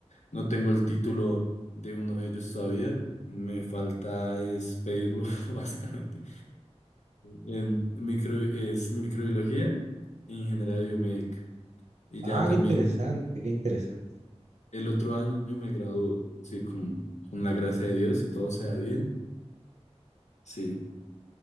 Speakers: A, on the left; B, on the right.
A: no tengo el título de uno de ellos todavía. Me falta es pedirlo, <laughs> básicamente. En micro, es microbiología e ingeniería biomédica. Y
B: Ah,
A: ya también
B: qué interesante, qué interesante.
A: el otro año me graduó, sí, con, con la gracia de Dios y todo se da bien, sí.